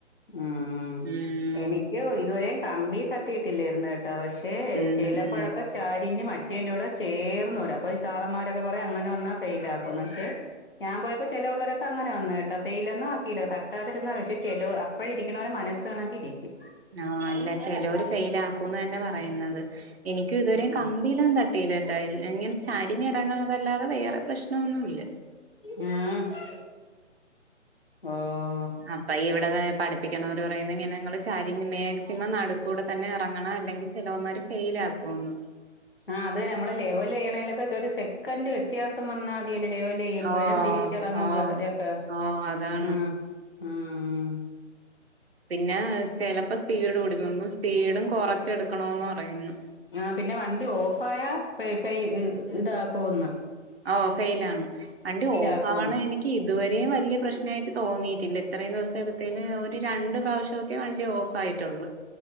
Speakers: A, on the left; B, on the right.
A: ഉം
B: ഉം
A: എനിക്ക് ഇതുവരെയും കമ്പി തട്ടിയിട്ടില്ലായിരുന്ന് കേ പക്ഷേ
B: ഉം
A: ചെലപ്പോഴൊക്കെ
B: ഉം
A: ചരിഞ്ഞ് മറ്റേന്റെ കൂടെ ചേർന്ന് വരും അപ്പൊ ഈ സാറന്മാരൊക്കെ പറയാ അങ്ങനെ വന്നാ ഫെയിലാക്കുന്ന് പക്ഷെ ഞാൻ പോയപ്പോ ചെല പിള്ളേരൊക്കെ അങ്ങനെ വന്ന് കേട്ട ഫെയ്ലൊന്നും ആക്കീല്ല തട്ടാതിരുന്നത ക്ഷേ ചെലോ അപ്പോഴിരിക്കണവരെ മനസ്സ് കണക്കെ ഇരിക്കും
B: ആഹ് അല്ല ചെലോര് ഫെയിൽ ആക്കൂന്ന് തന്നെ പറയുന്നത് എനിക്കും ഇതുവരെയും
A: ഉം
B: കമ്പ് മ്പി ലൊന്നും തട്ടിലാട്ടാ ഇങ്ങനെ ചരിഞ്ഞ് ഇറങ്ങണതല്ലതെ വേറെ പ്രശ്നം ഒന്നും ഇല്ല
A: <unintelligible>
B: അപ്പൊ ഇവടെതായ പഠിപ്പിക്കണോര് പറയുന്നെ ഇങ്ങനെ ഇങ്ങള് ചരിഞ്ഞ് മാക്സിമം നടുക്കൂടെ തന്നെ എറങ്ങണം അല്ലെങ്കി ചെലവന്മാര് ഫെയിൽ ആക്കുവെന്ന്
A: ആഹ് അത് നമ്മള് ലെവല് ചെയ്യണേലൊക്കെച്ച് ഒരു സെക്കൻഡ് വ്യത്യാസം വന്നാൽ <unintelligible> ലെവലിയ്മ്പഴും
B: ഓ
A: തിരിച്ചിറങ്ങുമ്പോലോക്കെ
B: ഓ ഓ അതാണ്
A: ആഹ് ആഹ്
B: പിന്നെ ചെലപ്പോ സ്പീഡ് കൂടി പൊങ്ങും സ്പീഡും കൊറച്ചെടുക്കണൊന്ന് പറയുന്നു
A: ആഹ് പിന്നെ വണ്ടി ഓഫായ ഫൈ ഫൈ ഇതാക്കൂന്ന്
B: ഔ ഫെയിലാണ് വണ്ടി ഓഫ്
A: ആക്കുമെന്ന്
B: ആവാണ എനി ഇതുവരെയും വല്ല്യാ പ്രശ്നായിട്ട് തോന്നിയിട്ടില്ല ഇത്രയും ദിവസം എടുത്തേല് ഒരു രണ്ട് പ്രാവശ്യോക്കെ വണ്ടി ഓഫ് ഫായിട്ടുള്ളൂ